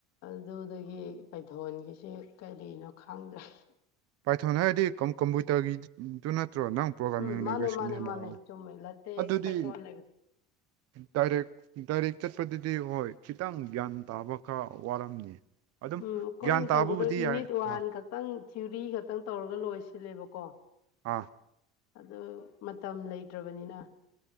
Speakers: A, on the left (about 60°); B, on the right (about 55°).
A: ꯑꯗꯨꯗꯒꯤ ꯄꯩꯊꯣꯟꯒꯤꯁꯦ ꯀꯔꯤꯅꯣ ꯈꯪꯗ꯭ꯔꯦ
B: ꯄꯥꯏꯊꯣꯟ ꯍꯥꯏꯔꯗꯤ ꯀꯝꯄꯌꯨꯇꯔꯒꯤꯗꯨ ꯅꯠꯇ꯭ꯔꯣ ꯅꯪ ꯄ꯭ꯔꯣꯒꯥꯃꯤꯡ
A: ꯎꯝ ꯃꯥꯅꯦ
B: ꯂꯦꯡꯒꯣꯏꯁꯀꯤꯗꯤ
A: ꯃꯥꯅꯦ
B: ꯅꯣ
A: ꯃꯥꯅꯦ ꯆꯨꯝꯃꯦ ꯂꯇꯦꯛꯁ
B: ꯑꯗꯨꯗꯤ
A: ꯄꯥꯏꯊꯣꯟ ꯂꯩꯕꯗꯣ
B: ꯗꯥꯏꯔꯦꯛ ꯗꯥꯏꯔꯦꯛ ꯆꯠꯄꯗꯨꯗꯤ ꯍꯣꯏ ꯈꯤꯇꯪ ꯒ꯭ꯌꯥꯟ ꯇꯥꯕ ꯈꯔ ꯋꯥꯔꯝꯅꯤ ꯑꯗꯨꯝ
A: ꯎꯝ ꯑꯩꯈꯣꯏꯅ
B: ꯒ꯭ꯌꯥꯟ ꯇꯥꯕꯕꯨꯗꯤ
A: ꯇꯧꯕꯗꯣ ꯌꯨꯅꯤꯠ
B: ꯌꯥꯏ
A: ꯋꯥꯟ
B: ꯑ
A: ꯈꯛꯇꯪ ꯊꯤꯌꯨꯔꯤ ꯈꯛꯇꯪ ꯇꯧꯔꯒ ꯂꯣꯏ ꯁꯤꯜꯂꯦꯕꯀꯣ
B: ꯑꯥ
A: ꯑꯗꯨ ꯃꯇꯝ ꯂꯩꯇ꯭ꯔꯕꯅꯤꯅ